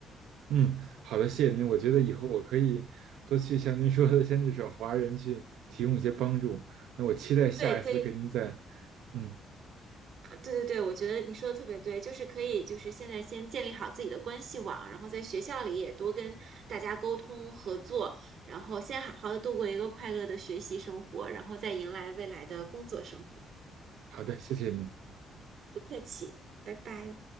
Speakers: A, on the right; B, on the right.
A: 嗯，好的，谢谢您。我觉得以后我可以多去像您说的，先去找华人去提供一些帮助。那我期待下一次跟您再，
B: 对，可以，
A: 嗯，
B: 啊对对对，我觉得你说的特别对，就是可以，就是现在先建立好自己的关系网，然后在学校里也多跟大家沟通合作，然后先好好的度过一个快乐的学习生活，然后再迎来未来的工作生活。
A: 好的，谢谢您。
B: 不客气，拜拜。